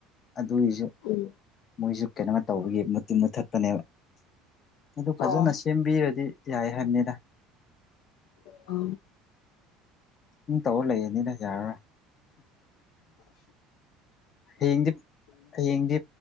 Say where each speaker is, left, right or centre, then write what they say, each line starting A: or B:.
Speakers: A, on the left; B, on the left.
A: ꯑꯗꯨꯒꯤꯁꯨ
B: ꯎꯝ
A: ꯃꯣꯏꯁꯨ ꯀꯩꯅꯣ ꯇꯧꯕꯒꯤ ꯃꯨꯇꯤꯟꯕ ꯊꯠꯄꯅꯦꯕ ꯑꯗꯨ ꯐꯖꯅ
B: ꯍꯣꯏ
A: ꯁꯦꯝꯕꯤꯔꯗꯤ ꯌꯥꯏ ꯍꯥꯏꯕꯅꯤꯗ
B: ꯑ
A: ꯨꯝ ꯇꯧꯔ ꯂꯩꯌꯦꯅꯤꯅ ꯌꯥꯔꯔꯣꯏ ꯍꯌꯦꯡꯗꯤ ꯍꯌꯦꯡꯗꯤ